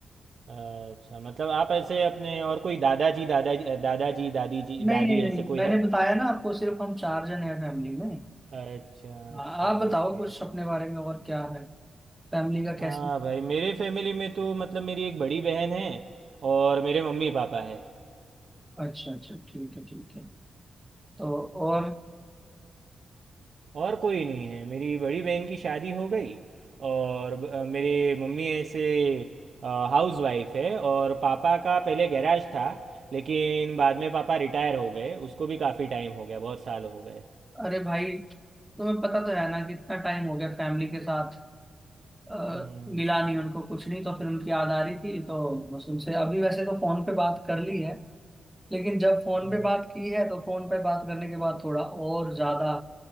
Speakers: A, on the right; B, in the centre.
A: अच्छा, मतलब आप ऐसे अपने और कोई दादाजी दादाजी दादाजी दादी जी
B: नहीं
A: दादी
B: नहीं नहीं
A: ऐसे कोई
B: मैंने
A: है
B: बताया ना आपको सिर्फ हम चार जन हैं फैमिली में
A: अच्छा
B: हाँ,
A: अच्छा
B: आप बताओ
A: ओके
B: कुछ अपने बारे में और क्या है फैमिली का कैसे
A: हाँ भाई मेरे फैमिली में तो मतलब मेरी एक बड़ी बहन है और मेरे मम्मी पापा है
B: अच्छा अच्छा ठीक है ठीक है तो और
A: और कोई नहीं है मेरी बड़ी बहन की शादी हो गई और ब- अ, मेरे मम्मी ऐसे हाउस वाइफ है और पापा का पहले गैराज था लेकिन बाद में पापा रिटायर हो गए उसको भी काफ़ी टाइम हो गया बहुत साल हो गए
B: अरे भाई तुम्हें पता तो है ना कितना टाइम हो गया फैमिली के साथ अ,
A: हम्म,
B: मिला नहीं उनको कुछ नहीं तो फिर उनकी याद आ रही थी तो बस उनसे अभी वैसे तो फोन पे बात कर ली है लेकिन जब फोन
A: हम्म।
B: पे बात की है तो फोन पे बात करने के बाद थोड़ा और ज्यादा